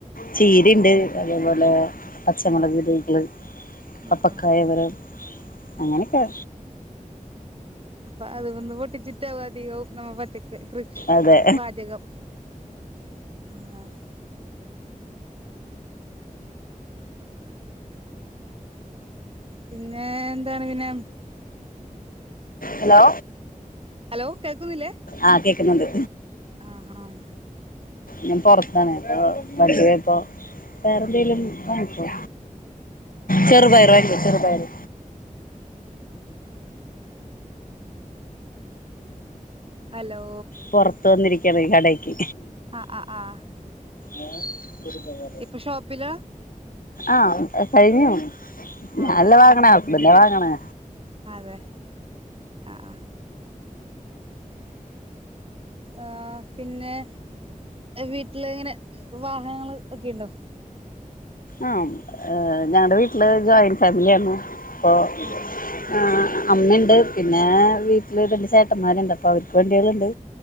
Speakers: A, on the left; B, on the right.
A: ചീര്ണ്ട് അതേപോലെ പച്ചമുളക് ബീഗ്ള്
B: ആഹ്
A: പപ്പക്കായകള്
B: ആഹ്
A: അങ്ങനെക്കെ
B: അപ്പൊ അത് വന്ന് പൊട്ടിച്ചിട്ടാവു അധികവും നമ്മ പച്ചക്ക കൃഷി
A: അതെ
B: പാചകം ആഹ് പിന്നെ എന്താണ് പിന്നെ
A: ഹലോ
B: അലോ കേൾക്കുന്നില്ലേ
A: ആഹ് കേക്കുന്നുണ്ട്
B: ആഹ് ഹാം
A: ഞാൻ പൊറത്താണ് അപ്പൊ വണ്ടി പോയപ്പം വേറെന്തെങ്കിലും വാങ്ങിക്കോ ചെറുപയർ വേണം ചെറുപയറ്
B: ഹലോ
A: പൊറത്ത് വന്നിരിക്കാണെ ഈ കടേക്ക്
B: ആഹ് ആഹ് ആഹ്
A: ഏ ഹ് <unintelligible>
B: ഇപ്പൊ ഷോപ്പില
A: ആഹ് കഴിഞ്ഞു
B: ആഹ്
A: ഞാല്ല
B: ആഹ്
A: വാങ്ങ്ണെ ഹസ്ബൻഡാ വാങ്ങ്ണെ
B: അതെ അഹ് ആഹ് ആഹ് പിന്നെ ഏഹ് വീട്ടില് ഇങ്ങനെ വാഹനങ്ങൾ ഒക്കെയുണ്ടോ
A: ആഹ് ഏഹ് ഞങ്ങടെ വീട്ടില് ജോയിന്റ് ഫാമിലിയാരുന്നു അപ്പൊ
B: ആഹ് ആഹ്
A: ആഹ് അമ്മണ്ട് പിന്നെ വീട്ടില് രണ്ട് ചേട്ടന്മാരുണ്ട് അപ്പൊ അവര്ക്ക് വണ്ടികള്ണ്ട്